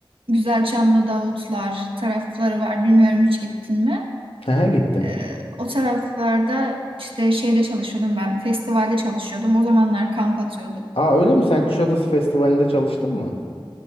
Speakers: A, on the right; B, on the left.
A: Güzelçamlı Davutlar tarafları var. Bilmiyorum hiç gittin mi?
B: Aha, gittim.
A: E, o taraflarda işte şeyde çalışıyordum ben. Festivalde çalışıyordum. O zamanlar kamp atıyorduk.
B: Aa öyle mi? Sen Kuşadası Festivali'nde çalıştın mı?